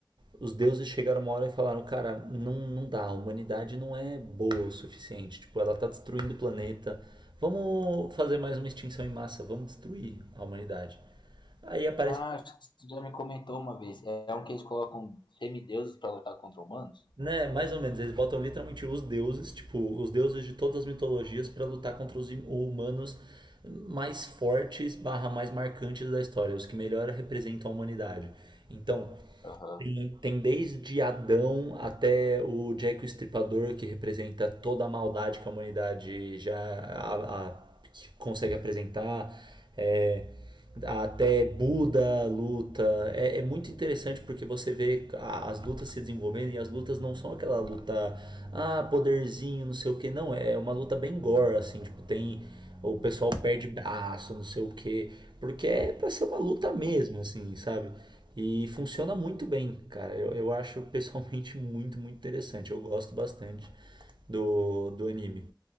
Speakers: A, on the right; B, on the left.
A: os deuses chegaram uma hora e falaram: Cara, não, não dá, a humanidade não é boa o suficiente. Tipo, ela tá destruindo o planeta. Vamos fazer mais uma extinção em massa, vamos destruir a humanidade. Aí aparece,
B: Ah, acho que você já me comentou uma vez. É um que eles colocam semideuses pra lutar contra humanos?
A: né, mais ou menos, eles botam literalmente os deuses, tipo, os deuses de todas as mitologias pra lutar contra os hum- humanos mais fortes, barra mais marcantes da história, os que melhor representam a humanidade. Então,
B: Aham.
A: Tem, tem desde Adão até o Jack o Estripador, que representa toda a maldade que a humanidade já a- a- que consegue apresentar, é, até Buda luta. É, é muito interessante porque você vê a- as lutas se desenvolvendo e as lutas não são aquela luta, ah, poderzinho, não sei o que, não. É uma luta bem gore, assim, tipo, tem ou o pessoal perde braço, não sei o quê, porque é para ser uma luta mesmo, assim, sabe? E funciona muito bem, cara. Eu, eu acho pessoalmente <laughs> muito, muito interessante. Eu gosto bastante do, do anime.